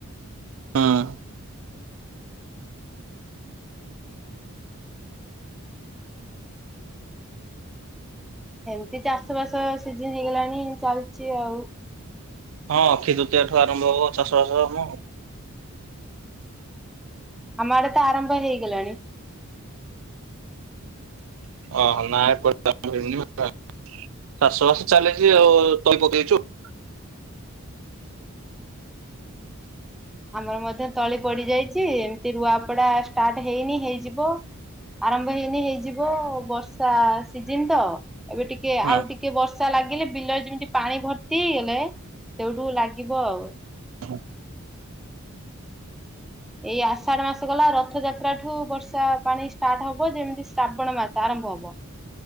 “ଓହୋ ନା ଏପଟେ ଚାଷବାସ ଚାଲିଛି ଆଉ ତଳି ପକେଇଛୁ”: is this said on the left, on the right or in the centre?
Right